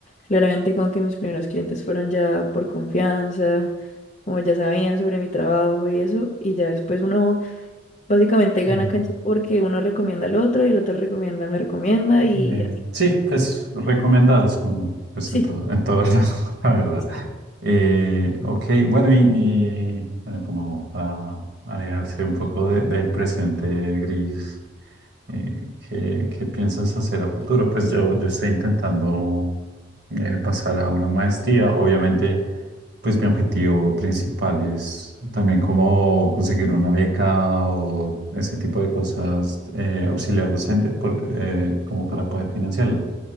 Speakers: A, on the left (about 35°); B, on the right (about 55°).
A: claramente como que mis primeros clientes fueron ya por confianza, como ya sabían sobre mi trabajo y eso, y ya después uno básicamente
B: Eh,
A: gana cancha porque uno recomienda al otro y el otro recomienda, me recomienda
B: eh,
A: y así.
B: sí, pues recomendados como pues
A: Sí,
B: en todo, en todo <laughs> lado, la verdad.
A: sí,
B: Eh, ok, bueno, y, y, bueno, como para alejarse un poco de- del presente gris, eh, ¿qué, qué piensas hacer a futuro? Pues yo, yo estoy intentando eh, pasar a una maestría, obviamente pues mi objetivo principal es también como conseguir una beca o ese tipo de cosas, eh, auxiliar docente, por- eh, como para poder financiarla.